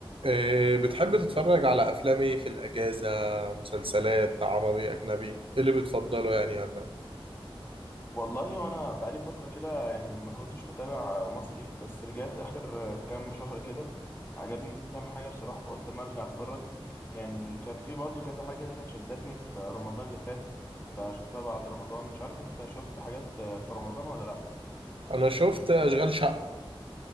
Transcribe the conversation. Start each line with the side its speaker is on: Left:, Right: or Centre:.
Right: إيه، بتحب تتفرج على أفلام إيه في الأجازة مسلسلات عربي أجنبي إيه اللي بتفضله يعني ولا
Left: والله وانا بقالي فتره كده يعني ما كنتش بتابع مصري بس رجعت اخر كام شهر كده عجبني كام حاجه بصراحه فقلت ما ارجع اتفرج يعني كان في برضو كذا حاجه كده شدتني في رمضان اللي فات فشفتها بعد رمضان مش عارف انت شفت حاجات في رمضان ولا لا
Right: أنا شفت أشغال شقة